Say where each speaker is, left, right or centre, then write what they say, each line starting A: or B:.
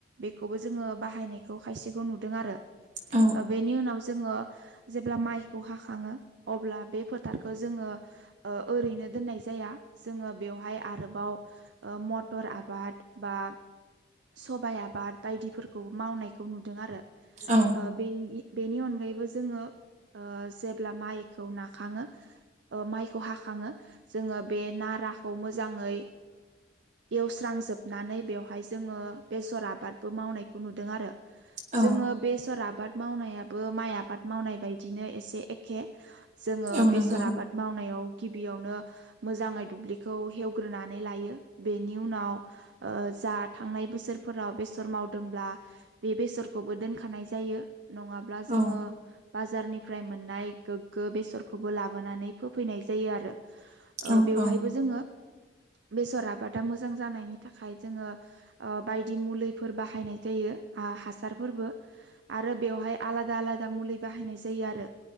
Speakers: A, on the right; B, on the right.
A: बेखौबो जोङो बाहायनाय खायसेखौ नुदों आरो
B: औ
A: बेनि उनाव जोङो जेब्ला माइखौ हाखाङो अब्ला बे फोथारखौ जोङो ओरैनो दोननाय जाया जोङो बेवहाय आरोबाव मटर आबाद बा सबाइ आबाद बायदिफोरखौ मावनायखौ नुदों आरो
B: औ
A: बेनि बेनि अनगायैबो जोङो जेब्ला माइखौ नाखाङो माइखौ हाखाङो जोङो बे नाराखौ मोजाङै एवस्रांजोबनानै बेवहाय जोङो बेसर आबादबो मावनायखौ नुदों आरो
B: औ
A: जोङो बेसर आबाद मावनाया बो माइ आबाद मावनाय बायदिनो एसे एखे जोङो
B: औ
A: बेसर
B: नंगौ
A: आबाद मावनायाव गिबियावनो मोजाङै दुब्लिखौ हेवग्रोनानै लायो बेनि उनाव जात थांनाय बोसोरफोराव बेसर मावदोंब्ला बे बेसरखौबो दोनखानाय जायो नङाब्ला जोङो
B: औ
A: बाजारनिफ्राय मोननाय गोग्गो बेसर लाबोनानै फो फैनाय जायो आरो
B: औ
A: बेवहायबो
B: औ
A: जोङो बेसर आबादा मोजां जानायनि थाखाय जोङो बायदि मुलिफोर बाहायनाय जायो हासारफोरबो आरो बेवहाय आलादा आलादा आलादा मुलि बाहायनाय जायो आरो